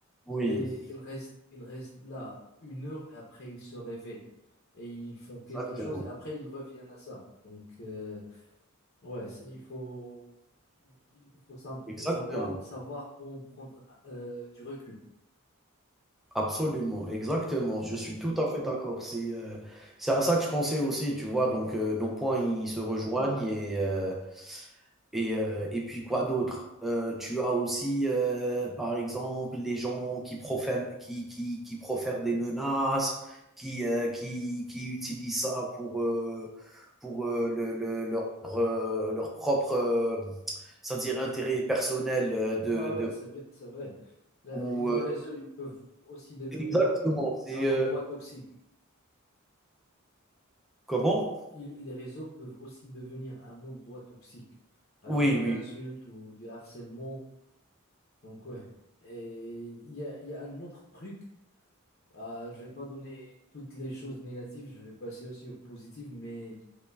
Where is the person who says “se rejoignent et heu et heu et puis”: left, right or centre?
Centre